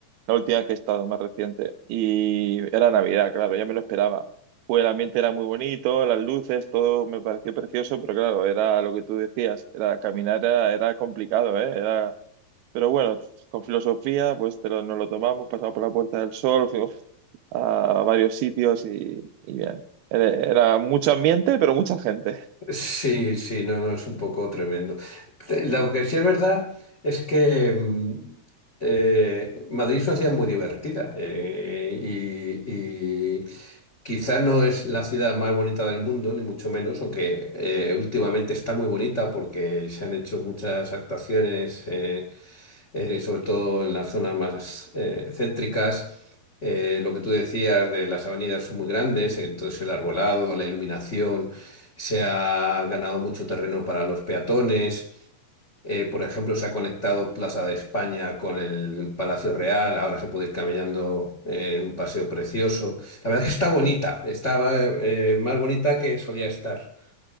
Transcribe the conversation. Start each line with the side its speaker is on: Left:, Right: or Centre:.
Right: la última que he estado, más reciente, y era Navidad, claro, ya me lo esperaba. Pues el ambiente era muy bonito, las luces, todo me pareció precioso, pero claro, era lo que tú decías, era caminar era, era complicado, ¿eh? Era, pero bueno, con filosofía, pues te lo- nos lo tomamos, pasamos por la Puerta del Sol, <laughs> a varios sitios y, y bien. Era, era mucho ambiente, pero mucha gente.
Left: Sí, sí, no, no, es un poco tremendo. Te- Lo que sí es verdad es que mm, eh, Madrid es una ciudad muy divertida eh, y, y quizá no es la ciudad más bonita del mundo, ni mucho menos, aunque eh, últimamente está muy bonita porque se han hecho muchas actuaciones. eh, eh, sobre todo en las zonas más eh, céntricas. Eh, lo que tú decías de las avenidas son muy grandes, entonces el arbolado, la iluminación, se ha ganado mucho terreno para los peatones. Eh, por ejemplo, se ha conectado Plaza de España con el Palacio Real, ahora se puede ir caminando eh, un paseo precioso. La verdad es que está bonita, está eh, más bonita que solía estar.